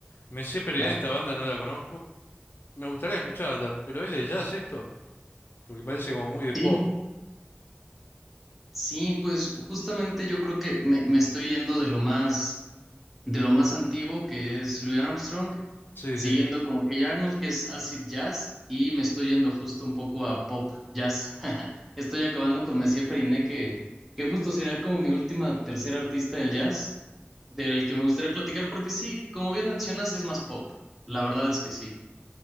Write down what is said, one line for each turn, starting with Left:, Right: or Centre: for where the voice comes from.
Left: Messier Periné,
Centre: Claro.
Left: esta banda no la conozco. Me gustaría escucharla, pero ¿es de jazz esto? Porque parece como muy de
Centre: Sí,
Left: pop.
Centre: sí, pues justamente yo creo que me, me estoy yendo de lo más de lo más antiguo que es Louis Armstrong,
Left: Sí,
Centre: siguiendo
Left: sí.
Centre: con Hey Arnold que es acid jazz y me estoy yendo justo un poco a pop jazz. <laughs> Estoy acabando con Messier Periné que, que justo será como mi última tercera artista del jazz del que me gustaría platicar porque sí, como bien mencionas es más pop. La verdad es que sí.